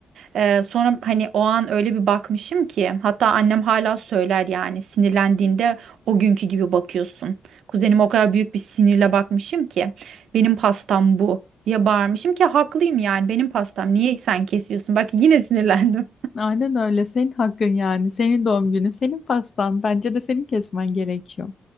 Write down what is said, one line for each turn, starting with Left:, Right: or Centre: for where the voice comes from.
Right: Ee, sonra hani o an öyle bir bakmışım ki hatta annem hala söyler yani sinirlendiğinde o günkü gibi bakıyorsun. Kuzenime o kadar büyük bir sinirle bakmışım ki benim pastam bu diye bağırmışım ki haklıyım yani benim pastam niye sen kesiyorsun? Bak yine sinirlendim.
Left: Aynen öyle. Senin hakkın yani. Senin doğum günü, senin pastan. Bence de senin kesmen gerekiyor.